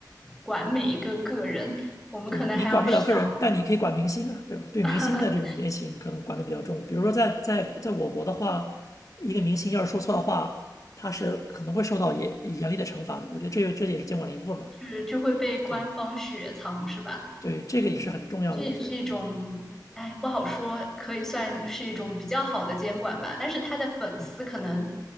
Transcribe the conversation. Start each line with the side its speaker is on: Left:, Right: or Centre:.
Centre: 管每一个个人。我们可能还要想，
Left: 对你管不了个人，但你可以管明星啊，对吧？对明星的这种言行可能管得比较重。
Centre: <laughs>
Left: 比如说在在在我国的话，一个明星要是说错的话，他是可能会受到严严厉的惩罚的。我觉得这这也是监管的一部分吧。
Centre: 是就会被官方雪藏，
Left: 对，
Centre: 是吧？
Left: 对，这个也是很重要的，
Centre: 嗯，这也是一种，
Left: 我觉得，
Centre: 哎，不好说，可以算是一种比较好的监管吧。但是他的粉丝可能
Left: 嗯，